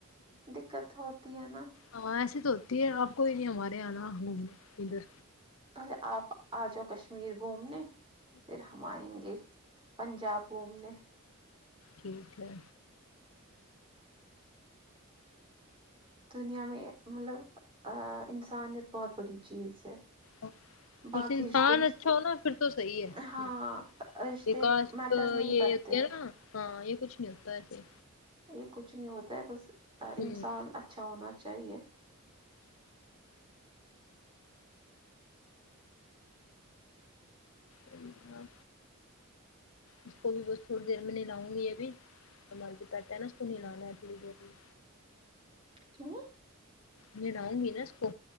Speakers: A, on the right; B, on the left.
A: دقت ہوتی ہے نا
B: ہماسے تو ہوتی ہے آپ کوئی نہیں ہمارے یہاں نا گھومنے ادھر
A: پہلے آپ آ جاؤ کشمیر گھومنے پھر ہم آئیں گے پنجاب گھوم نے
B: ٹھیک ہے
A: دنیا میں مطلب ا انسانیت بہت بڑی چیز ہے
B: ہاں
A: باقی
B: بس انسان
A: رشتے وشتے
B: اچھا ہونا پھر تو صحیح ہے
A: ہاں رشتے
B: وکاس
A: میٹر نہیں
B: یہ
A: کرتے
B: کہا
A: ہیں
B: ہاں یہ کچھ ملتا ہے ایسے
A: یہ کچھ نہیں ہوتا ہے بس ا
B: ہوں
A: انسان اچھا ہونا چاہیے
B: جی ہاں اس کو بھی بس تھوڑی دیر میں نہیں لاؤں گی یہبھی سال کے پتا ہے نا اس کو کنہیں لانا ہے تھوڑی دیر میں
A: کیوں
B: نہلاونگی نا اس کو